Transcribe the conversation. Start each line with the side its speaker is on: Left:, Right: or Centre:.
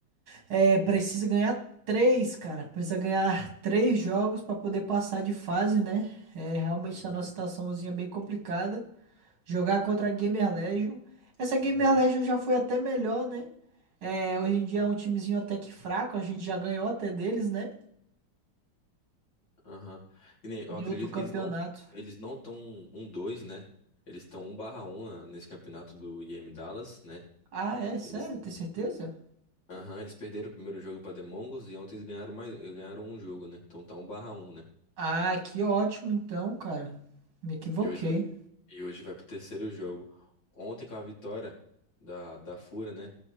Right: É, precisa ganhar três, cara. Precisa ganhar três jogos pra poder passar de fase, né? É, realmente
Left: Uhum,
Right: tá numa situaçãozinha é bem complicada. Jogar contra a Gamer Legion. Essa Gamer
Left: aham,
Right: Legion já foi até melhor, né? É, hoje em dia é um timezinho até que fraco. A gente já ganhou até deles, né?
Left: aham. E nem,
Right: Em
Left: eu acredito
Right: outro campeonato.
Left: que eles não eles não estão um dois né? Eles estão 1/1 na- nesse campeonato do IEM Dallas, né?
Right: Ah, é? Sério?
Left: Eles,
Right: Tem certeza?
Left: aham, eles perderam o primeiro jogo para Demongos e ontem eles ganharam mais, ganharam um jogo, né? Então tá 1/1, né?
Right: Ah, que ótimo então, cara. Me equivoquei.
Left: E hoje vai, e hoje vai pro terceiro jogo. Ontem com a vitória da, da Fúria, né?